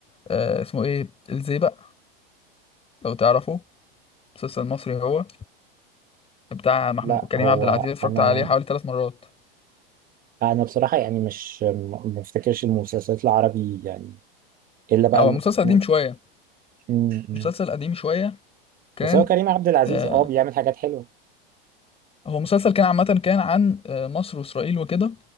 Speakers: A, on the left; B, on the right.
A: آه، اسمه ايه الزيبق لو تعرفه مسلسل مصري هو بتاع محمود
B: لا
A: كريم
B: هو
A: عبد العزيز اتفرجت
B: انا
A: عليه حوالي ثلاث مرات
B: انا بصراحه يعني مش م- ما افتكرش المسلسلات العربي يعني الا بقى
A: هو
B: الم...
A: مسلسل قديم
B: م...
A: شوية
B: م-
A: مسلسل قديم شوية كان
B: بس هو كريم عبد العزيز
A: آه
B: اه بيعمل حاجات حلوه
A: هو مسلسل كان عامة كان عن آه مصر وإسرائيل وكده